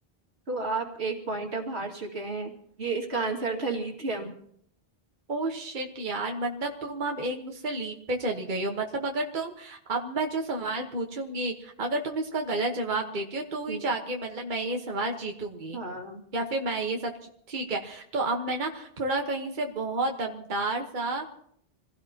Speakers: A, on the right; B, on the right.
A: तो आप एक पॉइंट अब हार चुके हैं ये इसका आंसर था लिथियम
B: ओ शिट यार मतलब तुम अब एक मुझसे लीड पे चली गई हो मतलब अगर तुम अब मैं जो सवाल पूछूंगी अगर तुम इसका गलत जवाब देती हो तो ही
A: हम्म,
B: जाके मतलब मैं ये सवाल जीतूंगी
A: हाँ
B: या फिर मैं ये सब चीज- ठीक है तो अब मैं ना थोड़ा कहीं से बहुत दमदार सा